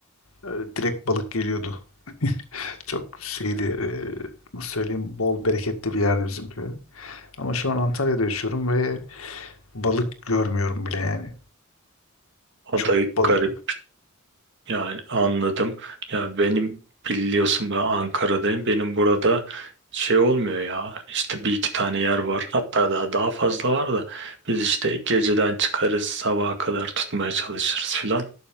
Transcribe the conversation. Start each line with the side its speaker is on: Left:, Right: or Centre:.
Left: E, direkt balık geliyordu. Çok şeydi e, nasıl söyleyeyim bol bereketli bir yerdi bizim köy. Ama şu an Antalya'da yaşıyorum ve balık görmüyorum bile yani.
Right: O
Left: Çok
Right: da
Left: balık
Right: garip.
Left: yok.
Right: Yani anladım. Ya benim biliyorsun ben Ankara'dayım. Benim burada şey olmuyor ya. İşte bir iki tane yer var. Hatta daha daha fazla var da biz işte geceden çıkarız sabaha kadar tutmaya çalışırız filan.